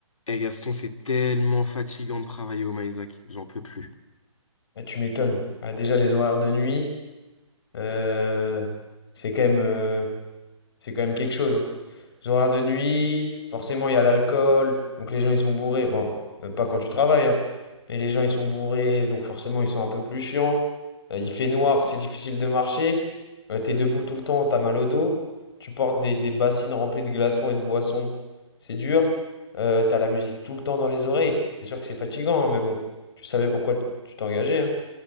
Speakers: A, on the left; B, on the left.
A: Eh Gaston, c'est tellement fatigant de travailler au Maïsac, j'en peux plus.
B: Ah, tu m'étonnes. Ah, déjà, les horaires de nuit, euh, c'est quand même, euh, c'est quand même quelque chose. hein. Les horaires de nuit, forcément, il y a l'alcool, donc les gens, ils sont bourrés. Bon, euh, pas quand tu travailles, hein, mais les gens, ils sont bourrés, donc forcément, ils sont un peu plus chiants. Euh, il fait noir, c'est difficile de marcher. Euh, t'es debout tout le temps, t'as mal au dos. Tu portes des, des bassines remplies de glaçons et de boissons, c'est dur. Euh, t'as la musique tout le temps dans les oreilles. C'est sûr que c'est fatigant, hein, mais bon, tu savais pourquoi tu tu t'engageais. hein.